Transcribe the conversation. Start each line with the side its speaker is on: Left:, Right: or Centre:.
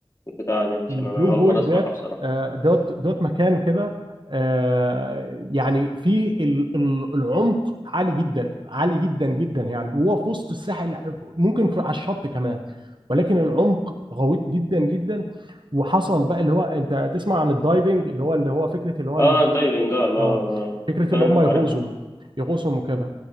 Left: البتاعة دي عشان
Right: البلو
Left: أنا أول
Right: هول
Left: مرة أسمعها
Right: ديت
Left: بصراحة
Right: آه، دوت دوت مكان كده آه، يعني فيه ال- ال- العمق عالي جدا عالي جدا جدا يعني هو في وسط الساحل ممكن في على الشط كمان ولكن العمق غويط جدا جدا وحصل بقى اللي هو انت تسمع عن الدايفنج اللي هو اللي هو فكره اللي هو
Left: أه
Right: ي...
Left: دايفنج أه اللي
Right: اه
Left: هو
Right: فكره
Left: فاهم
Right: اللي هم
Left: عارفها
Right: يغوصوا يغوصوا وكده